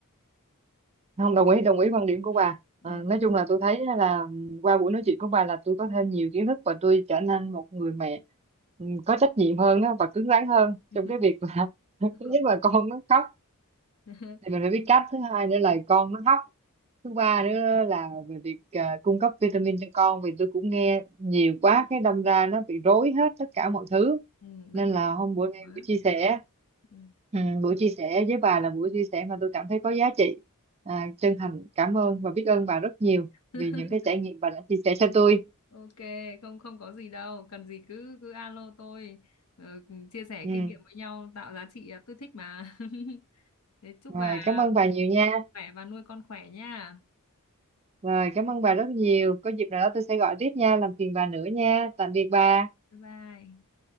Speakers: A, on the right; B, on the left.
A: không đồng ý đồng ý quan điểm của
B: ừ
A: bà
B: ừ
A: Ờ, nói chung là tôi thấy là qua buổi nói chuyện của bà là tôi có thêm nhiều kiến thức và tôi trở nên một người mẹ ừ, có trách nhiệm hơn á và cứng rắn hơn
B: <laughs>
A: trong cái việc là <laughs> thứ
B: ừ
A: nhất là con nó khóc
B: <laughs>
A: thì mình phải biết cách thứ hai nữa là con nó khóc thứ ba nữa là về việc à, cung cấp vitamin cho con vì tôi cũng nghe nhiều quá cái đâm ra nó bị rối hết tất cả mọi thứ
B: ừ, đừng
A: nên là
B: bổ
A: hôm
B: sung
A: bữa
B: nhiều
A: nay
B: quá
A: buổi chia sẻ
B: ừ.
A: ừ, buổi chia sẻ với bà là buổi chia sẻ mà tôi cảm thấy có giá trị à, chân thành cảm ơn và biết ơn bà rất nhiều
B: <laughs>
A: vì những cái trải nghiệm bà đã chia sẻ cho tôi
B: ok không không có gì đâu cần gì cứ cứ alo tôi ờ, cùng chia sẻ
A: ừ.
B: kinh nghiệm với nhau tạo giá trị à, tôi thích mà <laughs> thế chúc
A: rồi
B: bà
A: cảm ơn bà nhiều nha
B: khỏe và nuôi con khỏe nha
A: rồi cảm ơn bà rất nhiều có dịp nào đó tôi sẽ gọi tiếp nha làm phiền bà nữa nha tạm biệt bà
B: bye bye